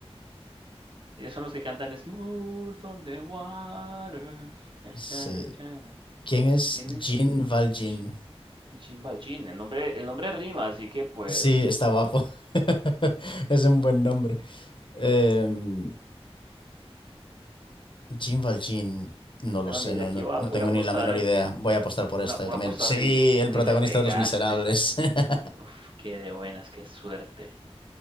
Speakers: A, on the right; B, on the left.
A: Ellos son los que cantan Smooth on the Water. Chan,
B: Sí.
A: charan, charan.
B: ¿Quién es
A: ¿Quién
B: Jean
A: es?
B: Valjean?
A: Ch- Chimbalchín. El nombre, el nombre rima, así que pues
B: Sí, está guapo. <laughs> Es un buen nombre. Em, Jean Valjean, no
A: no
B: lo
A: tengo
B: sé,
A: ni idea.
B: no,
A: Aquí
B: no,
A: va-
B: no
A: voy
B: tengo
A: a apostar
B: ni la menor idea. Voy a apostar por
A: una,
B: esta
A: una
B: yo también.
A: apuesta
B: Sí,
A: horrible.
B: el
A: Uy,
B: protagonista
A: le pegaste.
B: de Los Miserables. <laughs>
A: Uf, qué de buenas, qué suerte.